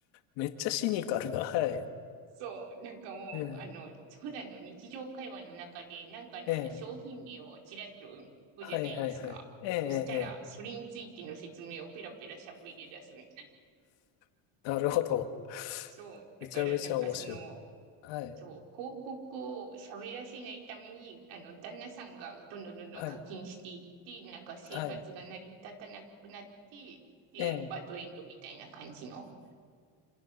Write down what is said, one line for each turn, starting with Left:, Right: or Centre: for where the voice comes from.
Left: めっちゃシニカルな。はい。
Right: そう、なんかもう、
Left: えー。
Right: あの、普段の日常会話の中で、なんかのあの商品名をちらっと言うじゃないですか。
Left: えーはいはいはい。ええ、ええ、
Right: そしたら、
Left: ええ
Right: それについての説明をペラペラ喋り出すみたいな。
Left: <laughs> なるほど。<laughs>
Right: そう、
Left: めちゃめちゃ面白い。
Right: だからなんかその、
Left: はい、
Right: そう、広告を喋らせないために、あの、旦那さんがどんどんどんどん課金していって、
Left: はい、
Right: なんか生活が成り立たなくなって、
Left: はい。
Right: で、
Left: ええ、
Right: バッドエンドみたいな感じの。